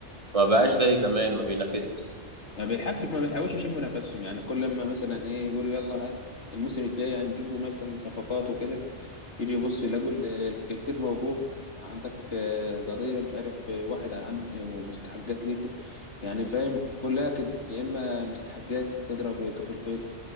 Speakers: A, on the right; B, on the left.
A: ما بقاش زي زمان ما بينافسش
B: ما بيلحقش ما بيلحقوش يشموا نفسهم يعني كل ما مثلا ايه يقولوا يلا ها الموسم الجاي هنجيب مثلا صفقات وكده يجي يبص يلاقوا ال- ال- القيد موقوف عندك آه، قضية مش عارف آه، واحد عند مستحقات ليكم يعني فاهم كلها كده يا اما مستحقات تضرب كف القيد